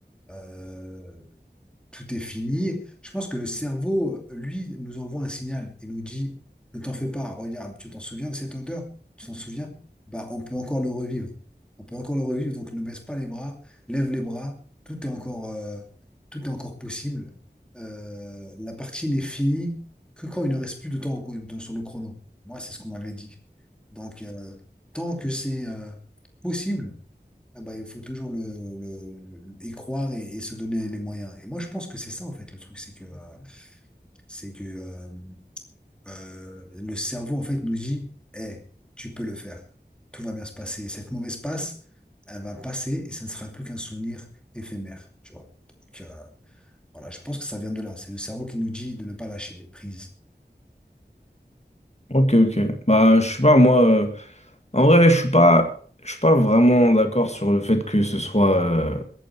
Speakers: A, in the centre; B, on the left.
A: euh, tout est fini. Je pense que le cerveau, lui, nous envoie un signal et nous dit, ne t'en fais pas, regarde, tu t'en souviens de cette odeur? Tu t'en souviens? Bah, on peut encore le revivre. On peut encore le revivre, donc ne baisse pas les bras, lève les bras, tout est encore, euh, tout est encore possible. Euh, la partie n'est finie que quand il ne reste plus de temps au co- de- sur le chrono. Moi, c'est ce qu'on m'avait dit. Donc, euh, tant que c'est euh, possible, ah bah, il faut toujours le, le- y croire et, et se donner les moyens. Et moi, je pense que c'est ça, en fait, le truc, c'est que, euh, c'est que euh, euh, le cerveau, en fait, nous dit, Eh, tu peux le faire. Tout va bien se passer. Cette mauvaise passe, elle va passer et ça ne sera plus qu'un souvenir éphémère, tu vois. Donc, euh, voilà, je pense que ça vient de là. C'est le cerveau qui nous dit de ne pas lâcher prise.
B: Ok, ok. Bah, je sais pas, moi, euh, en vrai, je suis pas, je suis pas vraiment d'accord sur le fait que ce soit, euh,